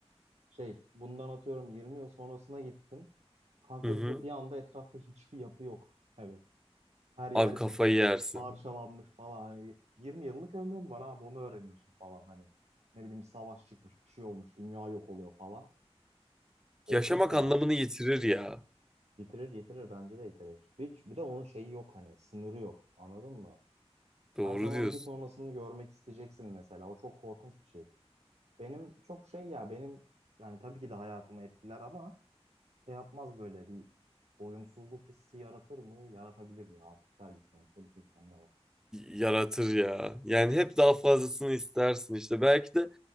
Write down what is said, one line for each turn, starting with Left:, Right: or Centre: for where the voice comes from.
Right: Şey bundan atıyorum 20 yıl sonrasına gittin. Kanka
Centre: Hı hı.
Right: bir, bir anda etrafta hiçbir yapı yok. Evet. Her yer
Centre: Abi kafayı
Right: bitmiş,
Centre: yersin.
Right: parçalanmış falan. Hani 20 yıllık ömrün var abi onu öğreniyorsun falan. Hani ne bileyim bir savaş çıkmış, bir şey olmuş, dünya yok oluyor falan. Korkunç
Centre: Yaşamak
Right: ya.
Centre: anlamını yitirir ya.
Right: Yitirir yitirir bence de yitirir. Bir, bir de onun şeyi yok hani sınırı yok anladın mı?
Centre: Doğru
Right: Her zaman
Centre: diyorsun.
Right: bir sonrasını görmek isteyeceksin mesela. O çok korkunç bir şey. Benim çok şey ya benim yani tabii ki de hayatımı etkiler ama şey yapmaz böyle bir doyumsuzluk hissi yaratır mı? Yaratabilir ya. Süper güç sonuçta bir tek sende var.
Centre: yaratır ya. Yani hep daha fazlasını istersin işte. Belki de